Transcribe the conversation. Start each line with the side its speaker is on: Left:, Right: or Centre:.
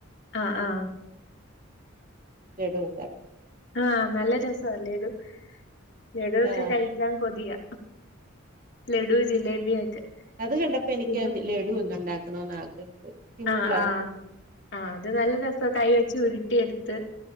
Left: ആഹ്
Right: ഉം
Left: ആഹ്
Right: ലഡു ഉണ്ടാക്കും
Left: ആഹ് നല്ല രസാലഡു ലഡു ഒക്കെ
Right: ആഹ്
Left: കഴി- കഴിക്കാൻ കൊതിയാ ലഡു ജിലേബിയൊക്കെ
Right: അത് കണ്ടപ്പോ എനിക്ക്
Left: പിന്നെ
Right: ലഡു ഒന്ന് ഉണ്ടാക്കണന്ന് ആഗ്രഹം തോന്നി സിമ്പിളായി
Left: ആഹ് ആഹ് ആഹ് അത് നല്ല രസാ കൈ വെച്ച് ഉരുട്ടി എടുത്ത്